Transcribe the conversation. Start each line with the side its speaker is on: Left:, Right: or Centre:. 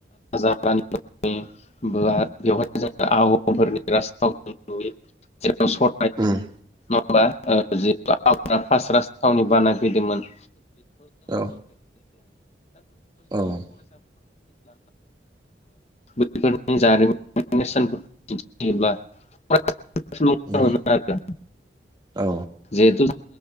Left: <unintelligible> आहमफोरनि राजथावनि नुयो जेराव
Right: ओम
Left: <unintelligible> पास राज थावनि बानायफैदोंमोन <unintelligible>
Right: औ औ उम
Left: बेफोरनि जारिमिन नेरसोनफोरखौ दिन्थियोब्ला <unintelligible>
Right: औ औ
Left: जिहेतु